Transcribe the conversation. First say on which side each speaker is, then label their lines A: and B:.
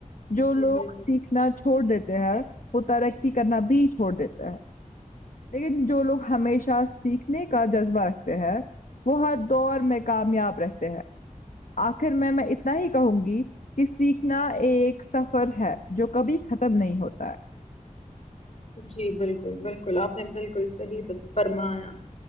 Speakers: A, on the left (about 70°); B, on the left (about 55°).
A: جو
B: جی
A: لوگ
B: بالکل
A: سیکھنا چھوڑ دیتے ہیں وہ ترقی کرنا بھی چھوڑ دیتے ہیں لیکن جو لوگ ہمیشہ سیکھنے کا جذبہ رکھتے ہیں وہ ہر دور میں کامیاب رہتے ہیں آخر میں میں اتنا ہی کہوں گی کہ سیکھنا ایک سفر ہے جو کبھی ختم نہیں ہوتا ہے
B: جی بالکل بالکل آپ نے بالکل صحیح فرمایا